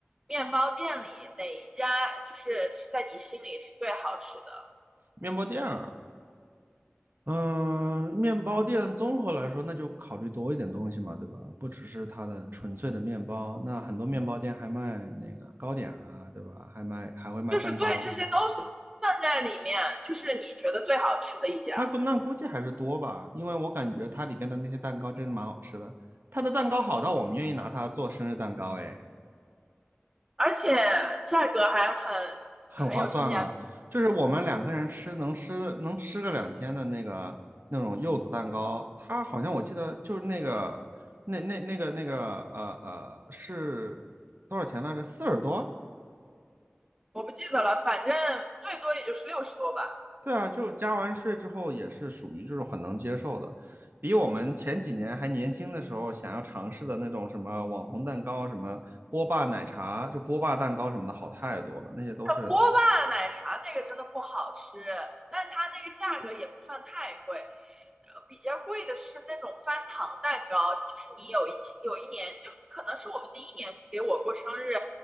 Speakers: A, on the right; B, on the right.
A: 面包店里，哪一家就是在你心里是最好吃的？
B: 面包店啊，嗯，面包店综合来说，那就考虑多一点东西嘛，对吧？不只是它的纯粹的面包，那很多面包店还卖那个糕点啊，对吧？还卖还会卖蛋糕，
A: 就是对这些都算算在里面，就是你觉得最好吃的一家，
B: 那估那估计还是多吧，因为我感觉它里边的那些蛋糕真的蛮好吃的，它的蛋糕好到我们愿意拿它做生日蛋糕，诶。
A: 而且价格还很
B: 很划算啊。
A: 很有性价比。
B: 就是我们两个人吃能吃能吃个两天的那个那种柚子蛋糕，它好像我记得就是那个那那那个那个呃呃是多少钱来着？四十多？
A: 我不记得了，反正最多也就是六十多吧。
B: 对啊，就加完税之后也是属于这种很能接受的，比我们前几年还年轻的时候想要尝试的那种什么网红蛋糕、什么波霸奶茶、就波霸蛋糕什么的好太多了，那些都是
A: 波霸奶茶那个真的不好吃，但它那个价格也不算太贵。呃比较贵的是那种翻糖蛋糕，就是你有一有一年，就可能是我们第一年给我过生日，